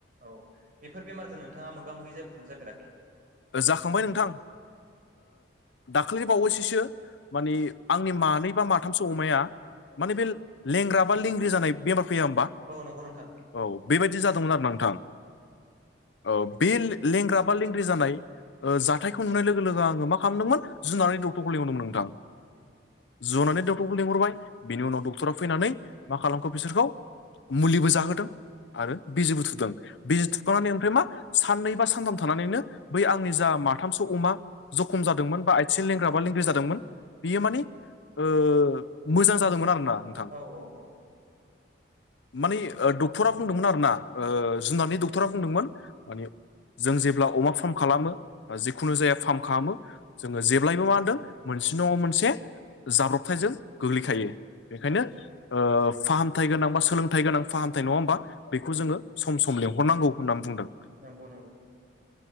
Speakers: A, on the right (about 45°); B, on the left (about 75°).
A: औ बेफोर बेमारजों नोंथाङा मोगा मोगि जाफेरदों ना जाफेराखै
B: जाखांबाय नोंथां दाखालि बावैसोसो माने आंनि मानै बा माथामसो अमाया माने बे लेंग्रा बा लेंग्रि जानाय बेमार फैया होमबा
A: जनानै
B: औ बेबायदि जादोंमोन आरो नोंथां औ बे लेंग्रा बा लेंग्रि जानाय जाथायखौ नुनाय लोगो लोगो आङो मा खालामदोंमोन जुनानै डक्टरखौ लिंहरदोंमोन नोंथां जुनादनि डक्टरखौ लिंहरबाय बिनि उनाव डक्टर फैनानै मा खालामखो बिसोरखौ मुलिबो जाहोदों आरो बिजिबो थुदों बिजि थुखांनानै ओमफ्राय मा साननै बा सानथाम थानानैनो बै आंनि जा माथामसो अमा जखम जादोंमोन बा आथिं लेंग्रा बा लेंग्रि जादोंमोन बेयो मानि ओ मोजां जादोंमोन आरो ना
A: औ औ औ
B: माने डक्टरा बुंमोनोन आरो ना जुनारनि डक्टरा बुंदोंमोन मने जों जेब्ला अमा खालामो बा जिखुनु जाया फार्म खालामो जोङो जेब्लायबो मा होनदों मोनसे नङा मोनसे जाब्रबथायजों गोग्लैखायो बेखायनो ओ फाहामथायाइ गोनां बा सोलोंथाइ गोनां फाहामथाय नङा होमबा बेखौ जोङो सम सम लेंहरनांगौ होननानै बुंदों
A: नंगौ नंगौ